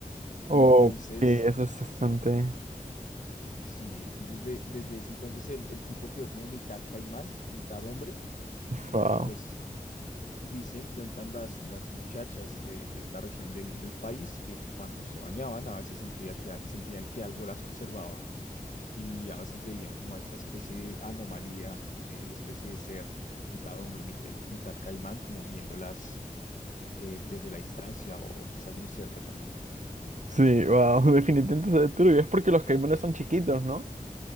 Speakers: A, on the right (about 55°); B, on the left (about 60°).
A: Ok,
B: Entonces,
A: eso es bastante.
B: sí, entonces de- desde ese entonces el, el tipo quedó como mitad caimán, mitad hombre. Entonces,
A: Wow.
B: pues dicen, cuentan las, las muchachas de, de esta región del, del país que cuando se bañaban a veces sentía que, a- sentían que algo las observaba y a veces veían como esta especie de anomalía, eh, especie de ser mitad hombre, mitad, mitad caimán, como viéndolas eh, desde la distancia o, o quizás muy cerca también.
A: Sí, wow. <laughs> Definitivamente se ve turbio. Es porque los caimanes son chiquitos, ¿no?